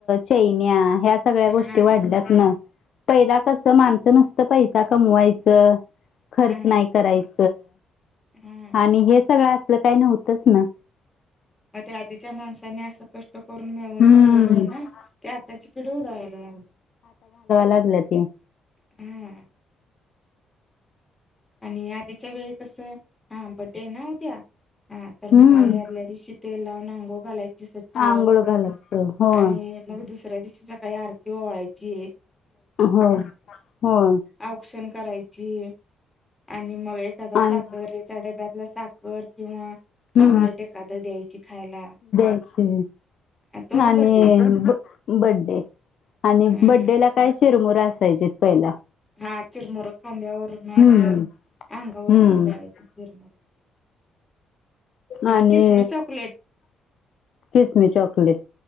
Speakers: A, on the left (about 60°); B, on the left (about 15°).
A: चैन्या ह्या सगळ्या
B: हा
A: गोष्टी वाढल्यात ना पहिला कस माणसं नसत पैसा कमवायचं खर्च
B: हा
A: नाही करायचं
B: हा
A: आणि हे सगळं असलं काही नव्हतंच ना
B: मग ते आधीच्या माणसाने असं क करून मिळवून
A: हम्म
B: ठेवलेलं आहे ना ते आत्ताची पिढ उदळाला अग
A: लागलती
B: हा आणि आधीच्या वेळी कस हा बड्डे ना होत्या हा तर
A: हम्म
B: मग आई आदल्या दिशी ते लावून अंगो घालायचे स्वच्छ
A: आंघोळ घालायचं हो
B: आणि मग दुसऱ्या दिवशीचा काही आरती ओळायची आहे
A: हो हो
B: औक्षण करायची आणि मग एक त्या साखर
A: आणि
B: याच्या डब्यातला साखर किंवा चॉकलेट
A: हम्म
B: एखादं द्यायची खायला
A: अच्छा
B: आ, तोच
A: आणि
B: बड्डे
A: बड्डे आणि
B: हम्म
A: बड्डे ला काय चिरमुरा असायचेत पहिला
B: हा चिरमर खांद्यावरून
A: हम्म
B: असं अंगावरून
A: हम्म
B: जायच चिरमर ते
A: आणि
B: किसमी चॉकलेट
A: किसमी चॉकलेट